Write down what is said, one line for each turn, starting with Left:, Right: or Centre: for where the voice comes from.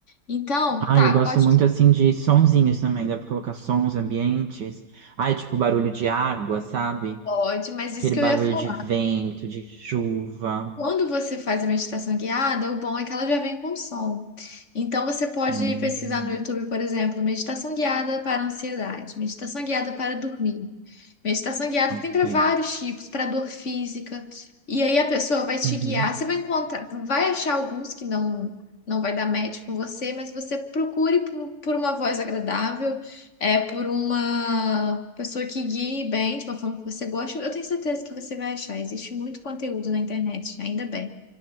Left: Então,
Right: Ah,
Left: tá,
Right: eu gosto
Left: pode.
Right: muito assim de sonzinhos também, dá pra colocar sons ambientes. Ah, é tipo barulho de água, sabe?
Left: Pode, mas isso
Right: Aquele
Left: que
Right: barulho
Left: eu ia falar.
Right: de vento, de chuva.
Left: Quando você faz a meditação guiada, o bom é que ela já vem com som. Então você pode
Right: Hum,
Left: pesquisar no YouTube, por exemplo, meditação guiada para ansiedade, meditação guiada para dormir. Meditação guiada
Right: ok.
Left: tem para vários tipos, para dor física. E aí a pessoa vai te
Right: Uhum.
Left: guiar, você vai encontrar, vai achar alguns que não não vai dar match com você, mas você procure por, por uma voz agradável é por uma pessoa que guie bem, de uma forma que você gosta, eu tenho certeza que você vai achar. Existe muito conteúdo na internet, ainda bem.